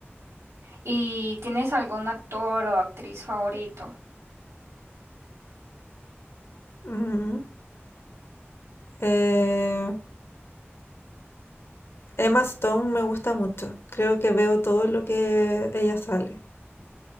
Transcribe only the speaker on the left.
Ujú. Eh, Emma Stone me gusta mucho. Creo que veo todo lo que ella sale.